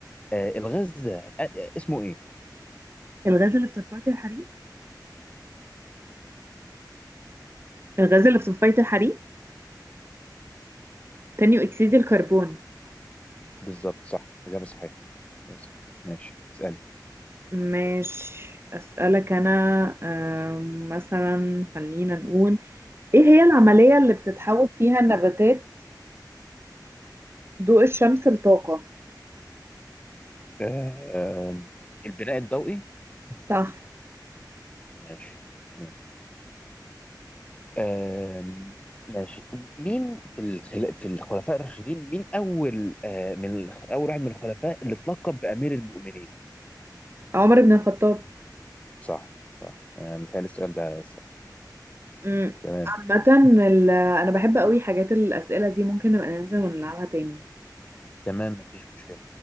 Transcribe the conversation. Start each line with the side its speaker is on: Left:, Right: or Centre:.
Left: آه الغاز ده آه آه، اسمه إيه
Right: الغاز اللي في تصفية الحريق الغاز اللي في تصفية الحريق ثاني أكسيد الكربون
Left: بالظبط صح إجابة صحيحة إجابة صحيحة ماشي اسألي
Right: ماشي أسألك أنا أم، مثلا خلينا نقول ايه هي العملية اللي بتتحول فيها النباتات ضوء الشمس لطاقة
Left: آه آه، البناء الضوئي
Right: صح
Left: ماشي ماشي آم، ماشي مين في الخل... في الخلفاء الراشدين مين اول آه، من الخ- اول واحد من الخلفاء اللي اتلقب بامير المؤمنين
Right: عمر بن الخطاب
Left: صح صح آه، متهيألي السؤال ده س-
Right: امم
Left: تمام
Right: عامة ال- انا بحب قوي حاجات الأسئلة دي ممكن نبقى ننزل ونلعبها تاني
Left: تمام مفيش مشكلة